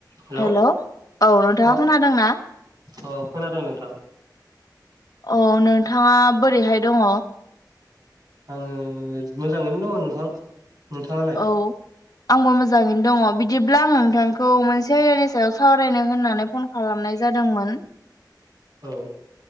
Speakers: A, on the right; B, on the left.
A: Hello
B: हेल औ नोंथाङा
A: औ
B: खोनादोंना?
A: औ खोनादों नोंथां।
B: औ नोंथाङा बोरैहाय दङ?
A: आङो मोजाङैनो दङ नोंथां। नोंथाङालाय?
B: औ आंबो मोजाङैनो दङ बिदिब्ला आं नोंथांखौ मोनसे आयदानि सायाव सावरायनो होननानै फन खालामनाय जादोंमोन।
A: औ